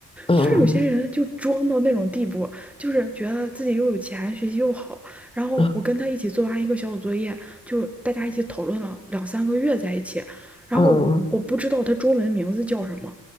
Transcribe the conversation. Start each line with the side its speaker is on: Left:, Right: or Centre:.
Left: 嗯嗯
Centre: 就是有些人就装到那种地步，就是觉得自己又有钱，学习又好。然后我跟他一起做完一个小组作业，
Left: 嗯嗯
Centre: 就大家一起讨论了两三个月在一起。然后我不知道他中文名字叫什么，
Left: 嗯嗯嗯